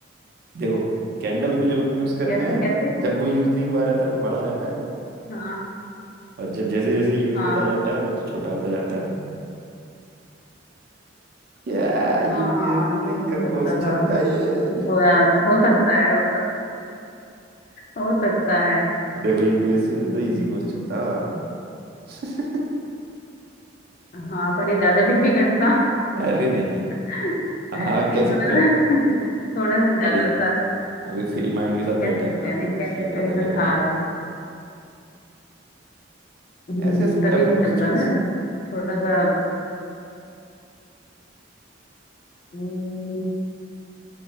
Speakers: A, on the right (about 50°); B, on the left (about 45°).
A: देखो कैंडल को जब हम यूज करते
B: कैसे
A: हैं
B: कैसे
A: जब वो यूज नहीं हुआ रहता है तो बड़ा रहता है
B: हाँ
A: और जब जैसे जैसे यूज
B: हाँ
A: होता जाता है वो तो छोटा होता जाता है क्या यूपीएससी
B: हाँ ये हो
A: का
B: सकता
A: क्वेश्चन
B: था
A: था ये
B: हो, हो सकता है <laughs> हो, हो सकता है
A: देखो यूपीएससी से
B: हम्म
A: तो इजी क्वेश्चन था <laughs>
B: हाँ पर ये ज्यादा डिफिकल्ट था
A: अरे नहीं
B: <laughs>
A: हाँ
B: ये
A: कह
B: थोड़ा
A: सकते हैं
B: सा <laughs> थोड़ा सा ज्यादा
A: अभी
B: सा
A: अभी फ्री माइंड के साथ
B: कह
A: बैठे
B: सकते
A: हैं ना
B: हैं
A: हम
B: नहीं
A: लोग इसलिए
B: कह सकते
A: ज्यादा
B: नहीं तो
A: लग
B: था
A: रहा
B: हम्म,
A: है ऐसे ऐसे
B: तभी
A: टफ
B: नहीं
A: क्वेश्चंस
B: चल रहा ना थोड़ा सा हम्म,